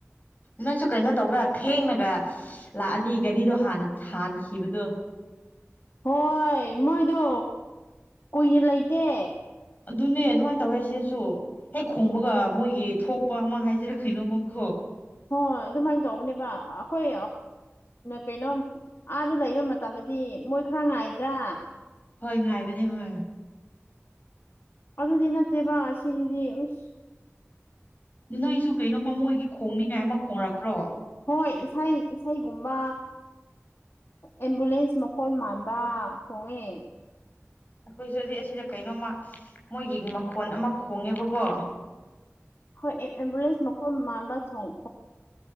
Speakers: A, on the left; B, on the left.
A: ꯅꯪꯁꯨ ꯀꯩꯅꯣ ꯇꯧꯕ꯭ꯔꯥ ꯊꯦꯡꯅꯒ ꯂꯥꯛꯑꯗꯤ ꯒꯥꯔꯤꯗꯣ ꯍꯥꯟꯅ ꯊꯥꯟꯈꯤꯕꯗꯣ
B: ꯍꯣꯏ ꯃꯣꯏꯗꯣ ꯀꯨꯏꯅ ꯂꯩꯇꯦ
A: ꯑꯗꯨꯅꯦ ꯑꯗꯨꯃꯥꯏꯅ ꯇꯧꯋꯦ ꯁꯤꯗꯁꯨ ꯍꯦꯛ ꯈꯣꯡꯕꯒ ꯃꯣꯏꯒꯤ ꯊꯣꯛꯄ ꯑꯃ ꯍꯥꯏꯁꯤꯔꯥ ꯀꯩꯅꯣꯃꯀꯣ
B: ꯍꯣꯏ ꯑꯗꯨꯃꯥꯏꯅ ꯇꯧꯕꯅꯦꯕ ꯑꯩꯈꯣꯏ ꯀꯩꯅꯣ ꯑꯥꯗ ꯂꯩꯕ ꯃꯇꯝꯗꯗꯤ ꯃꯣꯏ ꯈꯔ ꯉꯥꯏꯗ꯭ꯔꯥ
A: ꯍꯣꯏ ꯉꯥꯏꯕꯅꯦ ꯍꯣꯏ
B: ꯑꯗꯨ ꯑꯗꯨꯗ ꯅꯠꯇꯦꯕ ꯁꯤꯗꯤ ꯎꯁ
A: ꯅ ꯑꯩꯁꯨ ꯀꯩꯅꯣ ꯃꯃꯣꯏꯒꯤ ꯈꯣꯡꯅꯤꯉꯥꯏ ꯑꯃ ꯈꯣꯡꯡꯂꯛꯄ꯭ꯔꯣ
B: ꯍꯣꯏ ꯏꯁꯩ ꯏꯁꯩꯒꯨꯝꯕ ꯑꯦꯝꯕꯨꯂꯦꯟꯁ ꯃꯈꯣꯟ ꯃꯥꯟꯕ ꯈꯣꯡꯉꯦ
A: ꯑꯩꯈꯣꯏꯁꯨꯗꯤ ꯑꯁꯤꯗ ꯀꯩꯅꯣꯝꯃ ꯃꯣꯏꯒꯤ ꯃꯈꯣꯟ ꯑꯃ ꯈꯣꯡꯉꯦꯕꯀꯣ
B: ꯍꯣꯏ ꯑꯦꯦꯝꯂꯦꯟꯁ ꯃꯈꯀꯣꯏ ꯃꯥꯟꯕ ꯍꯣꯡ